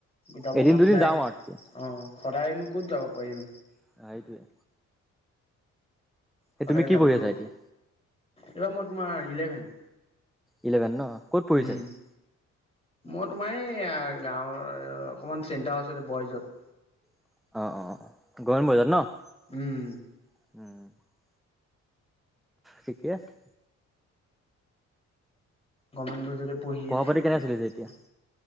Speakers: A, on the left (about 20°); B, in the centre.
A: যাব
B: এদিন
A: মন
B: দুদিন
A: যায়।
B: যাওঁ আৰু তেতিয়া
A: অ', সদায়নো ক'ত যাব পাৰি ম
B: অ', সেইটোৱে। এই
A: সদায়
B: তুমি কি
A: যাবলেও,
B: পঢ়ি আছা এতিয়া
A: এইবাৰ মই তোমাৰ, ইলেভেন।
B: ইলেভেন ন। ক'ত পঢ়িছা
A: উম,
B: এতিয়া
A: মই তোমাৰ এই, গাঁৱৰ অকমান চিন্তা আছে বইজত
B: অ' অ' অ'!
A: উম,
B: <unintelligible> থিকে আছে।
A: কমেন্ট বোৰ যদি পঢ়ি
B: পঢ়া
A: আছে,
B: পাতি
A: <unintelligible>
B: কেনে চলিছে এতিয়া